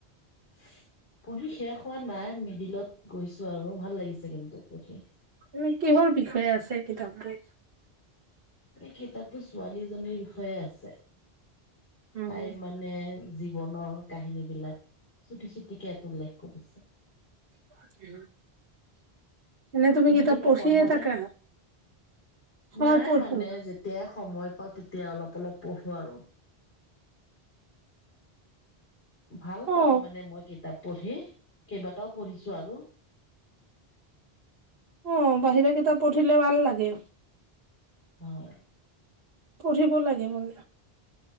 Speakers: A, on the left; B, on the right.
A: <inaudible> পঢ়ি শেষ হোৱা নাই মিডিলত গৈছো আৰু ভাল লাগিছে কিন্তু পঢ়ি।
B: মানে কিহৰ বিষয়ে আছে কিতাপটোৰ?
A: এই কিতাপটো ছোৱালীজনীৰ বিষয়ে আছে,
B: উম,
A: তাইৰ মানে জীৱনৰ কাহিনী বিলাক, চুটি চুটিকে উল্লেখ কৰিছে।
B: <inaudible> এনে
A: তুমি কিতাপ
B: পঢ়িয়ে
A: পঢ়ানে?
B: থাকা হয়
A: নাই
B: পঢ়ো
A: মানে যেতিয়াই সময় পাওঁ তেতিয়া অলপ অলপ পঢ়ো আৰু। ভাল পাও
B: অ
A: মানে মই কিতাপ পঢ়ি কিবা এটাও পঢ়িছো আৰু
B: অ বাহিৰে কিতাপ পঢ়িলে ভাল লাগে
A: হয়
B: পঢ়িব লাগে মই